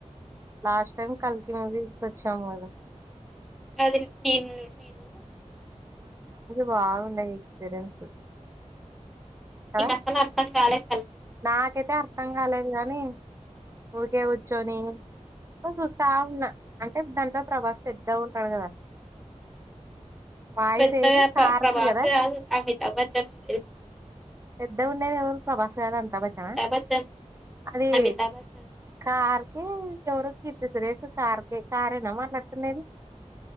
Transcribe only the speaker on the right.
లాస్ట్ టైమ్ కల్కి మూవీ వచ్చాము ఇగ
బగ్గునాయి ఎక్స్పీరియన్స్
కదా
నాకైతే అర్థం కాలేదు గానీ ఓకే వచ్చోని చూస్తా ఉన్నా అంటే దాంట్లో ప్రభాస్ పెద్దాగా ఉంటాడు కదా
వాయిస్
ఏది
కార్కి
కదా
పెద్ద ఉండేది ఎవరు ప్రభాస్ కాదా అమితాబ్ బచ్చఛన్ ఆ
అది
కార్ హే ఎవరు కీర్తి సురేసు కార్కి కారేనా మాట్లాడుతున్నది